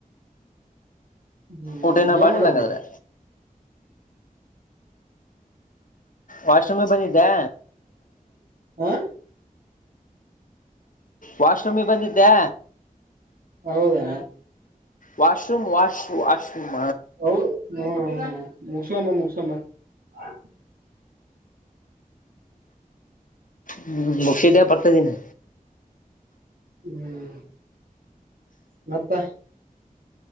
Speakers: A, on the right (about 80°); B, on the left (about 65°).
A: ಹ್ಮ್
B: ಊಟ ನ
A: ಏನ್
B: ಮಾಡಿಲ್ಲಂಗಾದ್ರೆ
A: ಮಾಡತಿ
B: ವಾಶ್ರೂಮಿಗೆ ಬಂದಿದ್ದೆ
A: ಹ ಯ ಹ <inaudible>
B: ವಾಶ್ರೂಮ್ಗೆ ಬಂದಿದ್ದೆ
A: ಹೌದಾ
B: ವಾಶ್ರೂಮ್ ವಾಶ್ ವಾಶ್ರೂಮ್
A: ಹೌ ಹ ಮುಕ್ಸಂಬ ಮುಕ್ಸಂಬ ಹೌ
B: ಹ್ಮ್ ಮುಕ್ಷಿದೇ ಬರ್ತದೀನಿ
A: ಹ್ಮ್ ಮತ್ತ